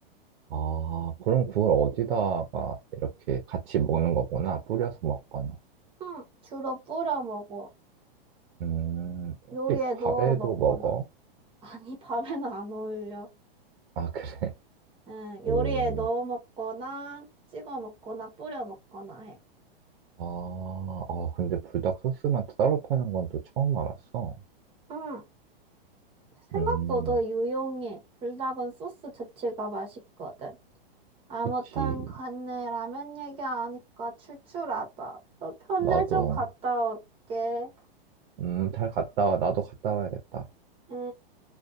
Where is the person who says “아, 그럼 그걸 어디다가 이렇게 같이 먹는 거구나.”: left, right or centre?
Right